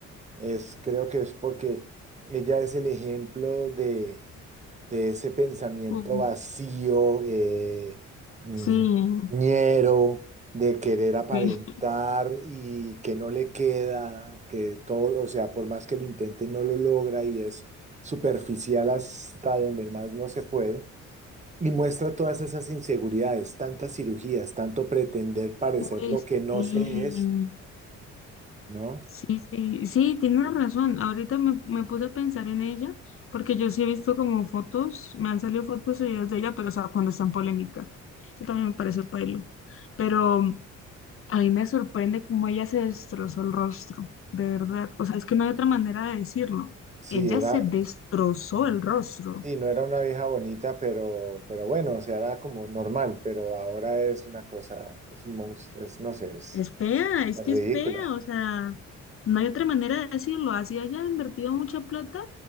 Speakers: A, on the right; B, on the left.
A: es, creo que es porque ella es el ejemplo de de ese pensamiento
B: Uh,
A: vacío, eh, mm,
B: sí,
A: ñero, de querer aparentar
B: sí.
A: y que no le queda, que todo, o sea, por más que lo intente, no lo logra y es superficial hasta donde más no se puede. Y muestra todas esas inseguridades, tantas cirugías, tanto pretender parecer
B: Uy,
A: lo que no
B: sí.
A: se es, ¿no?
B: Sí, sí, sí, tienes razón. Ahorita me, me puse a pensar en ella, porque yo sí he visto como fotos, me han salido fotos y videos de ella, pero o sea, cuando está en polémica. Eso también me parece paila. Pero mm, a mí me sorprende cómo ella se destrozó el rostro, de verdad. O sea, es que no hay otra manera de decirlo.
A: Sí,
B: Ella
A: era,
B: se destrozó el rostro.
A: Sí, no era una vieja bonita, pero, pero bueno, o sea, era como normal, pero ahora es una cosa, es un monstruo, es, no sé, es,
B: Es fea, es
A: es
B: que
A: ridícula.
B: es fea, o sea,
A: <laughs>
B: no hay otra manera de decirlo. Así haya invertido mucha plata,